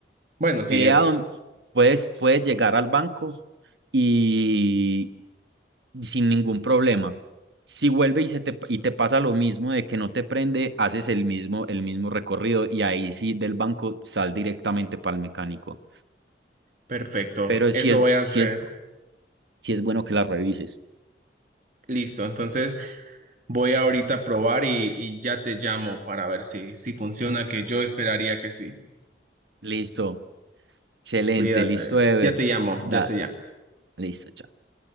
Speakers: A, on the right; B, on the right.
A: Bueno,
B: Ve
A: sí, Evo.
B: a dónde puedes, puedes llegar al banco y, y sin ningún problema. Si vuelve y, se te, y te pasa lo mismo de que no te prende, haces el mismo, el mismo recorrido y ahí sí del banco sal directamente para el mecánico.
A: Perfecto.
B: Pero sí
A: Eso
B: es,
A: voy a hacer.
B: sí es, sí es bueno que la revises.
A: Listo. Entonces voy ahorita a probar y, y ya te llamo para ver si, si funciona, que yo esperaría que sí.
B: Listo. Excelente.
A: Cuídate.
B: Listo, Ever.
A: Ya te llamo,
B: Da.
A: ya te llamo.
B: Listo, chao.